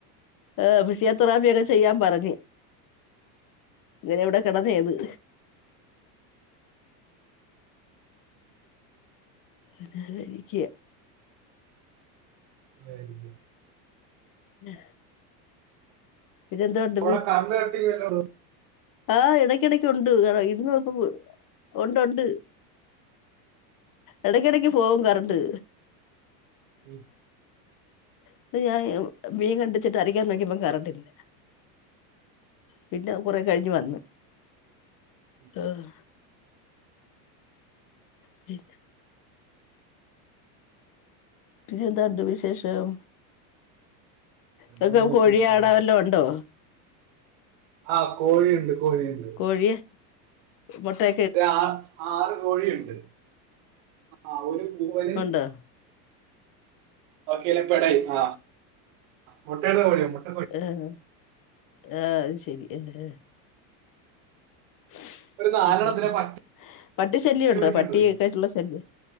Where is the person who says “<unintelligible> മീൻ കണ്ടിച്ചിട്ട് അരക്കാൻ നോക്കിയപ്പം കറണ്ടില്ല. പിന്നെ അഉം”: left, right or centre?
Left